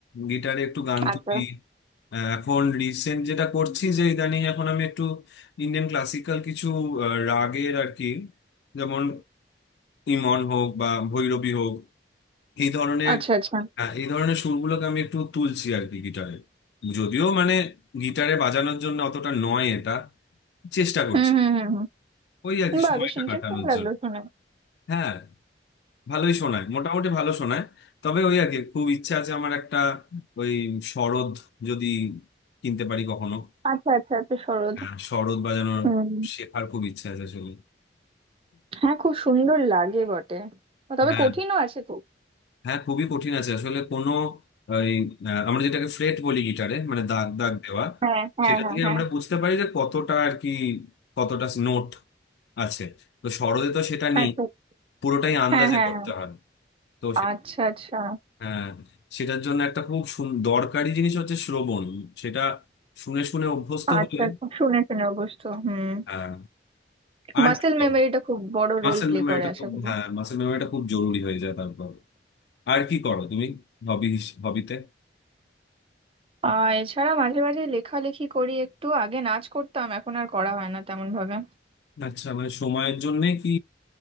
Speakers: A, on the left; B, on the right.
A: গিটারে একটু গান
B: আচ্ছা
A: তুলি আহ, এখন রিসেন্ট যেটা করছি যে ইদানিং এখন আমি একটু ইন্ডিয়ান ক্লাসিক্যাল কিছু আহ, রাগের আর কি যেমন ইমন হোক বা ভৈরবী হোক এই ধরনের
B: আচ্ছা আচ্ছা
A: হ্যাঁ এই ধরনের সুরগুলোকে আমি একটু তুলছি আর কি গিটারে যদিও মানে গিটারে বাজানোর জন্য অতটা নয় এটা চেষ্টা করছি
B: হুম হুম হুম
A: ওই আর
B: হুম
A: কি
B: বা
A: সময়টা
B: বেশ ইন্টারেস্টিং
A: কাটানোর
B: লাগলো
A: জন্য
B: শুনে
A: হ্যাঁ ভালোই শোনায় মোটামুটি ভালো শোনায় তবে ওই আগে খুব ইচ্ছা আছে আমার একটা ওই সরোদ যদি কিনতে পারি কখনো
B: আচ্ছা আচ্ছা আচ্ছা সরোদ
A: হ্যাঁ, সরোদ বাজানোর
B: হুম
A: শেখার খুব ইচ্ছা আছে আসলে
B: হ্যাঁ খুব সুন্দর লাগে বটে তবে
A: হ্যাঁ
B: কঠিনও আছে খুব
A: হ্যাঁ খুবই কঠিন আছে আসলে কোনো ওই আহ, আমরা যেটাকে ফ্রেট বলি গিটারে মানে দাগ দাগ দেওয়া
B: হ্যাঁ হ্যাঁ
A: সেটা
B: হ্যাঁ
A: দিয়ে
B: হ্যাঁ
A: আমরা বুঝতে পারি যে কতটা আর কি কতটা নোট আছে তো সরোদে তো সেটা নেই
B: আচ্ছা
A: পুরোটাই আন্দাজে
B: হ্যাঁ হ্যাঁ
A: করতে
B: হ্যাঁ
A: হয় তো
B: আচ্ছা আচ্ছা
A: হ্যাঁ সেটার জন্য একটা খুব সুন- দরকারি জিনিস হচ্ছে শ্রবণ সেটা শুনে শুনে অভ্যস্ত
B: আচ্ছা
A: হলে
B: আচ্ছা শুনে শুনে অবশ্য হুম
A: হ্যাঁ আর
B: মাসেল
A: কি
B: মেমোরিটা
A: করো
B: খুব বড় রোল
A: মাসেল
B: প্লে
A: মেমোরিটা
B: করে আশা
A: খুব
B: করি
A: হ্যাঁ মাসেল মেমোরিটা খুব জরুরি হয়ে যায় তারপর আর কি করো তুমি হবি হবিতে
B: আর এছাড়া মাঝে মাঝে লেখালেখি করি একটু আগে নাচ করতাম এখন আর করা হয় না তেমন ভাবে
A: আচ্ছা মানে সময়ের জন্য কি